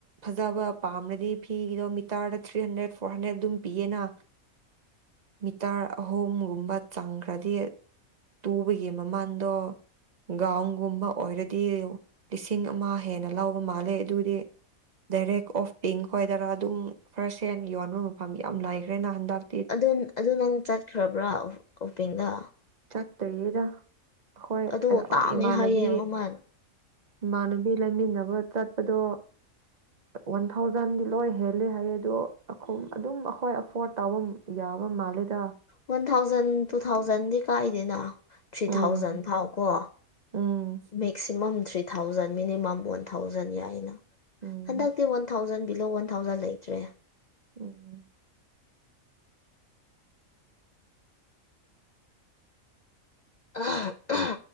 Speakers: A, on the right; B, on the left.
A: ꯐꯖꯕ ꯄꯥꯝꯅꯗꯤ ꯐꯤꯒꯤꯗꯣ ꯃꯤꯇꯔꯗ ꯊ꯭ꯔꯤ ꯍꯟꯗ꯭ꯔꯦꯠ ꯐꯣꯔ ꯍꯟꯗ꯭ꯔꯦꯠ ꯑꯗꯨꯝ ꯄꯤꯌꯦꯅ ꯃꯤꯇꯔ ꯑꯍꯨꯝꯒꯨꯝꯕ ꯆꯪꯈ꯭ꯔꯗꯤ ꯇꯨꯕꯒꯤ ꯃꯃꯥꯟꯗꯣ ꯒꯥꯎꯟꯒꯨꯝꯕ ꯑꯣꯏꯔꯗꯤ ꯂꯤꯁꯤꯡ ꯑꯃ ꯍꯦꯟꯅ ꯂꯧꯕ ꯃꯥꯜꯂꯦ ꯑꯗꯨꯗꯤ ꯗꯥꯏꯔꯦꯛ ꯑꯣꯐ ꯄꯤꯡ ꯈꯣꯏꯗꯔ ꯑꯗꯨꯝ ꯐꯥꯔꯁ ꯍꯦꯟ ꯌꯣꯟꯕ ꯃꯐꯝ ꯌꯥꯝ ꯂꯩꯈ꯭ꯔꯦꯅ ꯍꯟꯗꯛ
B: ꯑꯗꯨ ꯑꯗꯨ ꯅꯪ ꯆꯠꯈ꯭ꯔꯕ꯭ꯔꯥ ꯑꯣꯐꯄꯦꯡꯗ
A: ꯆꯠꯇ꯭ꯔꯤꯗ ꯑꯩꯈꯣꯏ
B: ꯑꯗꯣ ꯇꯥꯡꯉꯦ
A: ꯏꯃꯥꯟꯅꯕꯤ
B: ꯍꯥꯏꯌꯦ ꯃꯃꯜ
A: ꯏꯃꯥꯟꯅꯕꯤ ꯂꯩꯃꯤꯟꯅꯕ ꯆꯠꯄꯗꯣ ꯋꯥꯟ ꯊꯥꯎꯖꯟꯗꯤ ꯂꯣꯏ ꯍꯦꯜꯂꯦ ꯍꯥꯏꯌꯦ ꯑꯗꯣ ꯑꯗꯨꯝ ꯑꯩꯈꯣꯏ ꯑꯦꯐꯣꯔꯠ ꯇꯧꯕ ꯌꯥꯕ ꯃꯥꯜꯂꯦꯗ
B: ꯋꯥꯟ ꯊꯥꯎꯖꯟ ꯇꯨ ꯊꯥꯎꯖꯟꯗꯤ ꯀꯥꯏꯗꯅꯣ ꯊ꯭ꯔꯤ
A: ꯎꯝ
B: ꯊꯥꯎꯖꯟ ꯐꯥꯎ ꯀꯣ
A: ꯎꯝ
B: maximum three thousand minimum one thousand ꯌꯥꯏꯅ
A: ꯎꯝ
B: ꯍꯟꯗꯛꯇꯤ one thousand below one thousand ꯂꯩꯇ꯭ꯔꯦ
A: ꯎꯝ
B: ꯑ ꯑ <unintelligible>